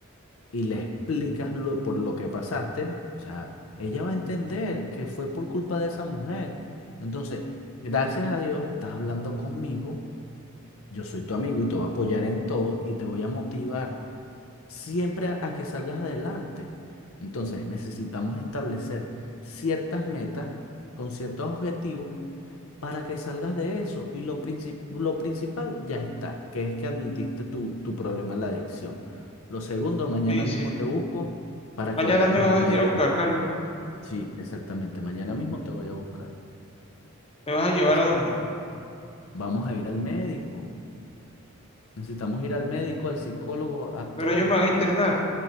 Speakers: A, on the left; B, on the left.
A: y le explicas lo, por lo que pasaste, o sea, ella va a entender que fue por culpa de esa mujer. Entonces, gracias a Dios estás hablando conmigo, yo soy tu amigo y te voy a apoyar en todo y te voy a motivar siempre a, a que salgas adelante. Entonces, necesitamos establecer ciertas metas con ciertos objetivos para que salgas de eso. Y lo princip- lo principal ya está, que es que admitiste tu, tu problema en la adicción. Lo segundo, mañana
B: Sí,
A: mismo
B: sí.
A: te busco para
B: Mañana
A: que vayamos
B: me vas
A: al
B: a
A: médico.
B: venir a buscar, Carlos.
A: Sí, exactamente, mañana mismo te voy a buscar.
B: ¿Me vas a llevar
A: Así.
B: a dónde?
A: Vamos a ir al médico. Necesitamos ir al médico, al psicólogo, a
B: Pero
A: todo.
B: ellos me van a internar.